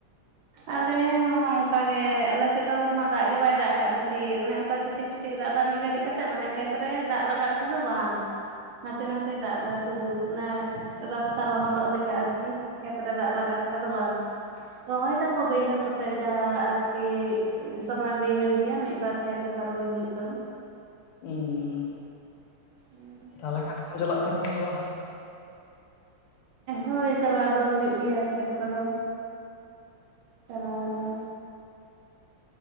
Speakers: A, on the right; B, on the left.
A: ᱟᱞᱮ ᱦᱚᱸ ᱚᱱᱠᱟᱜᱮ ᱟᱞᱮᱥᱮᱫ ᱫᱚ ᱢᱟ ᱫᱟᱜ ᱜᱮ ᱵᱟᱭ ᱫᱟᱜ ᱟᱠᱟᱜ ᱵᱮᱥᱤ, ᱚᱱᱮ ᱚᱱᱠᱟ ᱪᱤᱴᱤᱪᱴᱤ᱾ ᱴᱤᱠ ᱫᱟᱜ ᱫᱟ ᱢᱤᱫ ᱜᱷᱟᱹᱲᱤᱡ ᱠᱟᱛᱮ ᱢᱟᱱᱮ ᱠᱷᱮᱛ ᱨᱮ ᱫᱟᱜ ᱞᱟᱜᱟᱜ ᱞᱮᱠᱟ ᱫᱚ ᱵᱟᱝ᱾ ᱱᱟᱥᱮ ᱱᱟᱥᱮ ᱫᱟᱜ ᱮᱫᱟ ᱥᱩᱫᱷᱩ ᱚᱱᱟ ᱨᱟᱥᱛᱟ ᱞᱚᱦᱚᱫᱚᱜ ᱞᱮᱠᱟ ᱟᱨᱠᱤ᱾ ᱠᱷᱮᱛᱨᱮ ᱫᱟᱜ ᱞᱟᱜᱟᱜ ᱞᱮᱠᱟ ᱫᱚ ᱵᱟᱝ, ᱨᱚᱦᱚᱭ <unintelligible> ᱵᱟᱹᱭᱦᱟᱹᱲ ᱠᱚᱥᱮᱡ ᱡᱟᱦᱟᱸ ᱟᱨᱠᱤ ᱫᱚᱢᱮ ᱵᱟᱹᱭᱦᱟᱹᱲ ᱜᱮᱭᱟ, ᱢᱤᱛ ᱵᱟᱨ ᱠᱷᱮᱛ ᱚᱱᱠᱟ ᱨᱚᱦᱚᱭ ᱦᱩᱭᱩᱜ ᱠᱟᱱᱟ᱾
B: ᱦᱩᱸ ᱦᱩᱸ
A: ᱦᱩᱸ
B: ᱛᱟᱦᱚᱞᱮ ᱠᱷᱟᱱ ᱠᱚᱢ ᱪᱟᱞᱟᱜ ᱛᱟᱦᱮᱱᱟ ᱥᱮ ᱵᱟᱝ?
A: ᱦᱳᱭ ᱪᱟᱞᱟᱣ ᱫᱚ ᱦᱩᱭᱩᱜ ᱜᱮᱭᱟ ᱠᱷᱮᱛ ᱠᱚᱫᱚ᱾ ᱪᱟᱞᱟᱣ ᱫᱚ᱾